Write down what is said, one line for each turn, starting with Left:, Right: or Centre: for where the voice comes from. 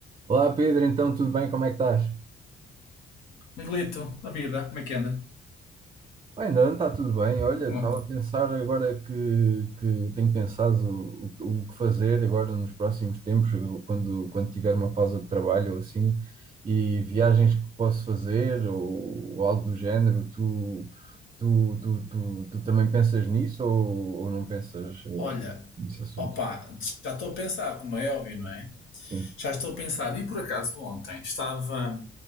Right: Olá Pedro, então tudo bem? Como é que estás?
Left: Miguelito, a vida, como é que anda?
Right: Bem, não, está tudo bem. Olha,
Left: Hum,
Right: estava a pensar agora que, que tenho pensado o, o que fazer agora nos próximos tempos, quando, quando tiver uma pausa de trabalho ou assim, e viagens que posso fazer ou, ou algo do género. Tu, tu, tu, tu, tu também pensas nisso ou, ou não pensas eh,
Left: Olha,
Right: nesse assunto?
Left: opa, já estou a pensar, como é óbvio, não é?
Right: Sim.
Left: Já estou a pensar, e por acaso ontem estava.